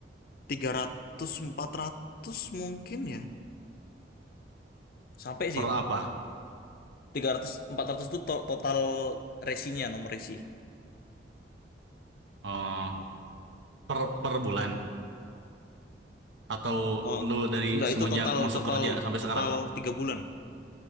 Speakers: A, on the left (about 50°); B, on the right (about 75°).
A: tiga ratus empat ratus mungkin ya. Sampai sih.
B: Per apa?
A: tiga ratus empat ratus itu to- total resinya nomor resi.
B: Eh, per per bulan? Atau
A: Oh,
B: lu dari
A: enggak
B: semenjak
A: itu total
B: masuk
A: total
B: kerja sampai
A: total
B: sekarang?
A: tiga bulan.